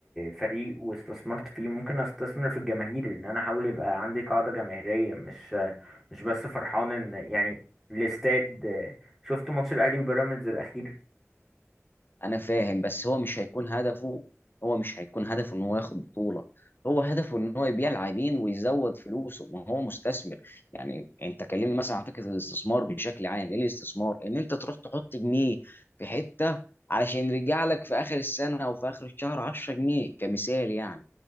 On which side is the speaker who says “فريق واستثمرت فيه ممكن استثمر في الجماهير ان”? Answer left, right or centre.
Centre